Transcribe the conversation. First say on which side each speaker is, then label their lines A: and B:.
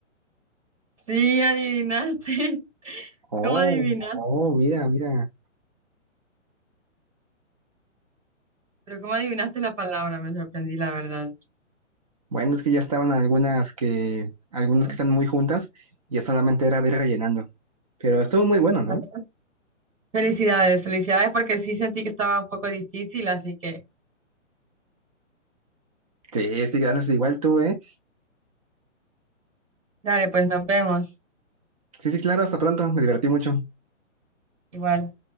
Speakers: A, on the right (about 85°); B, on the right (about 30°).
A: Sí, adivinaste. <laughs>
B: Oh,
A: ¿Cómo adivinaste?
B: oh, mira, mira.
A: Pero cómo adivinaste la palabra, me sorprendí, la verdad.
B: Bueno, es que ya estaban algunas que, algunas que están muy juntas, y ya solamente era de ir rellenando. Pero estuvo muy bueno, ¿no?
A: Bueno, felicidades, felicidades porque sí sentí que estaba un poco difícil, así que
B: Sí, sí, gracias, igual tú, ¿eh?
A: dale, pues nos vemos.
B: Sí, sí, claro, hasta pronto, me divertí mucho.
A: Igual.